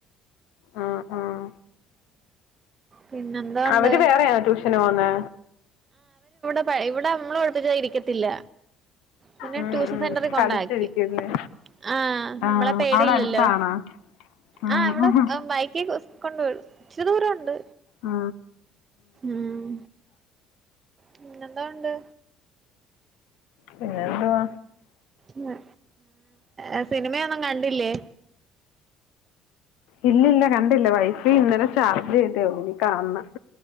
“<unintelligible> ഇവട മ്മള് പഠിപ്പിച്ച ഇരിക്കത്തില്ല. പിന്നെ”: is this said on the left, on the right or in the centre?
Right